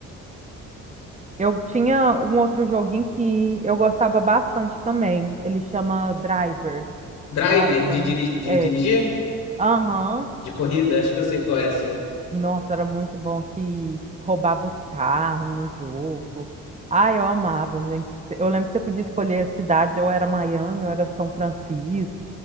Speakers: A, on the right (about 25°); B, on the left (about 80°).
A: Eu tinha um outro joguinho que eu gostava bastante também. Ele chama Driver.
B: Driver
A: Nossa,
B: de,
A: era.
B: diri...
A: mu-
B: de
A: É.
B: dirigir?
A: Aham.
B: De corrida? Acho que eu sei qual é, sim.
A: Nossa, era muito bom que roubava os carros no jogo. Ah, eu amava, gente. Eu lembro que você podia escolher a cidade, ou era Miami, ou era São Francisco.